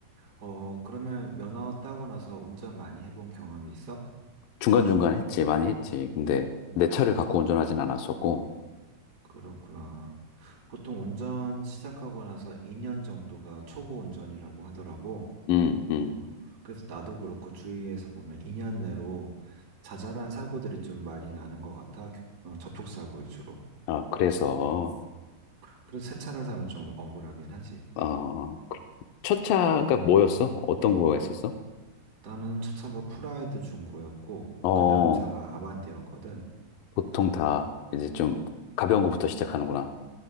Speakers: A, on the right (about 30°); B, on the left (about 75°).
A: 어, 그러면 면허 따고 나서 운전 많이 해본 경험이 있어?
B: 중간중간 했지, 많이 했지. 근데 내 차를 갖고 운전하진 않았었고,
A: 그렇구나. 보통 운전 시작하고 나서 2년 정도가 초보 운전이라고 하더라고.
B: 음, 음.
A: 어, 그래서 나도 그렇고 주위에서 보면 2년 내로 자잘한 사고들이 좀 많이 나는 것 같아. 어, 접촉사고 위주로.
B: 아, 그래서,
A: 음. 그래서 새 차를 사면 좀 억울하긴 하지.
B: 어, 첫 차가 뭐였어? 어떤 거가 있었어?
A: 나는 첫 차가 프라이드 중고였고,
B: 어,
A: 그 다음 차가 아반떼였거든.
B: 보통 다 이제 좀 가벼운 거부터 시작하는구나.